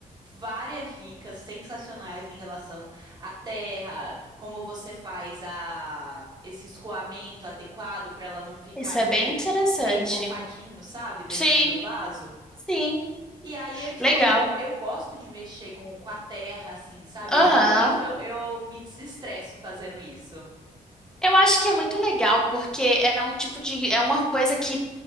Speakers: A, on the right; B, in the centre.
A: várias dicas sensacionais em relação à terra, como você faz a, esse escoamento adequado para ela não ficar,
B: Isso é
A: tipo,
B: bem interessante.
A: meio mofadinho, sabe, dentro
B: Sim,
A: do vaso.
B: sim.
A: E aí, eu, tipo,
B: Legal.
A: eu gosto de mexer com, com a terra, assim, sabe?
B: Aham.
A: Realmente eu, eu me desestresso fazendo isso.
B: Eu acho que é muito legal, porque é um tipo de, é uma coisa que